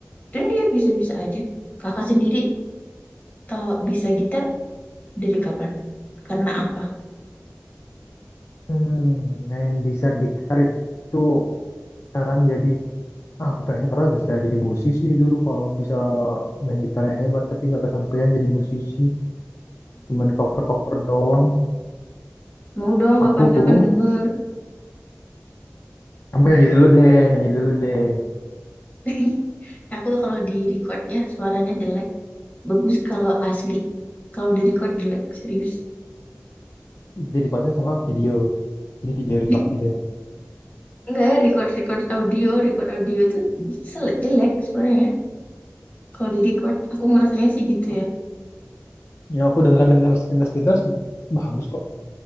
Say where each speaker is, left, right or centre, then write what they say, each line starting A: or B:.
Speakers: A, on the left; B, on the left.
A: Dan dia bisa-bisa aja. Kakak sendiri, tahu bisa gitar, Dari kapan? Karena apa?
B: Hmm, main bisa gitar itu sekarang jadi ah, aku pengennya pernah bisa jadi musisi dulu kalau bisa main gitarnya hebat tapi nggak kesampaian jadi musisi cuman cover-cover doang
A: Mau dong kapan-kapan
B: aku tuh
A: denger.
B: kamu nyanyi dulu deh nyanyi dulu deh
A: <laughs> Aku tuh kalau di record ya suaranya jelek. Bagus kalau asli. Kalau di record jelek, serius.
B: di recordnya sama video jadi video record
A: <laughs>
B: gitu deh
A: Enggak, record record audio, record audio tuh sel- jelek suaranya. Kalau di record, aku ngerasanya sih gitu
B: oh,
A: ya.
B: ya aku dengar dengar sepintas-pintas bagus kok